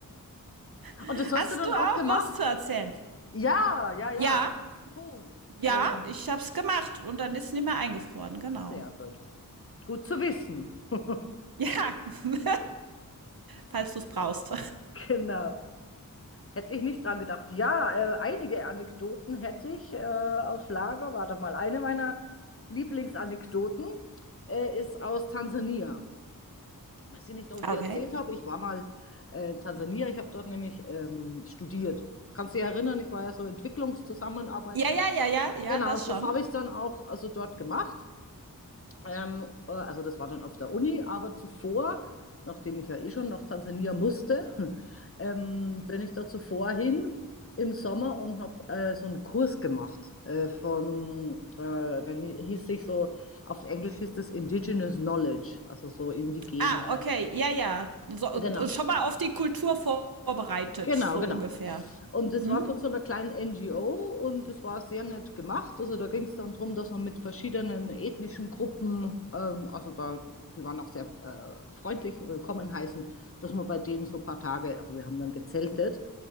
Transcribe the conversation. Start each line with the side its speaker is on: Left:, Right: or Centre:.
Right: <laughs>
Left: Und das hast
Right: Hast
Left: du dann
Right: du auch
Left: auch gemacht?
Right: was zu erzählen?
Left: Ja, ja, ja.
Right: Ja,
Left: Puh.
Right: ja,
Left: Ähm,
Right: ich habe es gemacht und dann ist es nicht mehr eingefroren,
Left: ja,
Right: genau.
Left: sehr gut. Gut zu wissen. <laughs>
Right: Ja, <laughs> falls du es brauchst.
Left: Genau. Hätte ich nicht dran gedacht. Ja, äh, einige Anekdoten hätte ich äh, auf Lager. Warte mal, eine meiner Lieblingsanekdoten äh, ist aus Tansania. Weiß ich nicht, ob ich dir
Right: Okay.
Left: erzählt habe. Ich war mal äh, in Tansania. Ich habe dort nämlich ähm, studiert. Kannst du dich erinnern, ich war ja so Entwicklungszusammenarbeits.
Right: Ja, ja, ja, ja, ja,
Left: Genau,
Right: das
Left: und
Right: schon.
Left: das habe ich dann auch also dort gemacht. Ähm, äh, also das war dann auf der Uni, aber zuvor, nachdem ich ja eh schon nach Tansania musste, <laughs> ähm, bin ich da zuvor hin im Sommer und habe äh, so einen Kurs gemacht äh, von, äh, dann hieß sich so, auf Englisch hieß das Indigenous Knowledge, also so indigene,
Right: Ah, okay, ja, ja. So,
Left: genau.
Right: schon mal auf die Kultur vorbereitet,
Left: Genau,
Right: so
Left: genau.
Right: ungefähr.
Left: Und das
Right: Mhm.
Left: war von so einer kleinen NGO und das war sehr nett gemacht. Also da ging es dann darum, dass man mit verschiedenen ethnischen Gruppen, ähm, also da, die waren auch sehr äh, freundlich, willkommen heißen, dass man bei denen so ein paar Tage, also wir haben dann gezeltet